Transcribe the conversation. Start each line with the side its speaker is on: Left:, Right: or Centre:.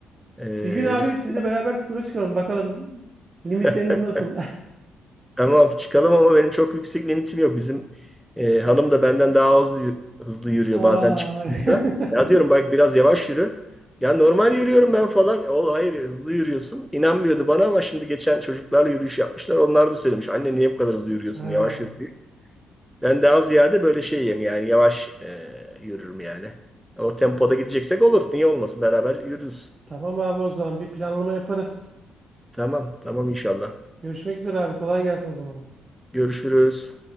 Centre: E,
Right: Bir gün abi
Centre: risk.
Right: sizle beraber spora çıkalım. Bakalım limitleriniz
Centre: <laughs>
Right: nasıl?
Centre: Tamam çıkalım ama benim çok yüksek limitim yok. Bizim e, hanım da benden daha az yü- hızlı yürüyor
Right: <laughs> Aa.
Centre: bazen çıktığımızda.
Right: <laughs>
Centre: Ya diyorum bak biraz yavaş yürü. Ya normal yürüyorum ben falan. E, O hayır hızlı yürüyorsun. İnanmıyordu bana ama şimdi geçen çocuklarla yürüyüş yapmışlar. Onlar da söylemiş. Anne niye bu kadar hızlı yürüyorsun?
Right: Ha,
Centre: Yavaş yürü diye. Ben daha ziyade böyle şeyim yani yavaş e, yürürüm yani. O tempoda gideceksek olur. Niye olmasın? Beraber yürürüz.
Right: Tamam abi o zaman bir planlama yaparız.
Centre: Tamam tamam inşallah.
Right: Görüşmek üzere abi. Kolay gelsin o zaman.
Centre: Görüşürüz.